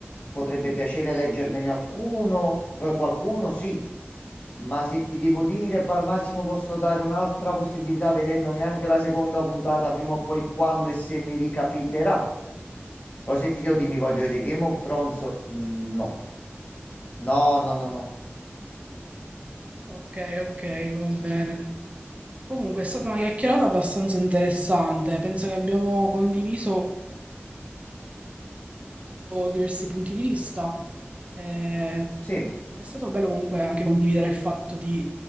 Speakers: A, on the left; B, on the right.
A: Potrebbe piacere
B: Sì.
A: leggermene alcuno, eh, qualcuno, sì, ma se ti devo dire, ma al massimo posso dare un'altra possibilità vedendomi anche la seconda puntata, prima o poi quando e se mi ricapiterà. Poi se ti devo dire mi voglio vedere
B: Sì.
A: Game of Thrones, mm, no. No, no, no, no.
B: O- Ok, ok, va bene. Comunque è stata una chiacchierata abbastanza interessante, penso che abbiamo condiviso diversi punti di vista. Eh,
A: Sì.
B: è stato bello comunque anche condividere il fatto di